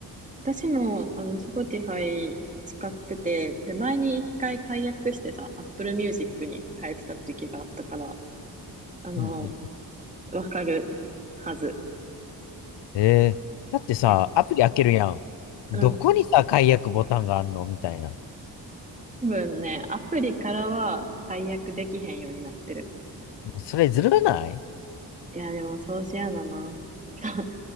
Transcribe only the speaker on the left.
うんう
ん。えー、だってさ、
アプリ開けるやん。どこにさ、
解約ボタンがあんのみたいな。
もうそれずるない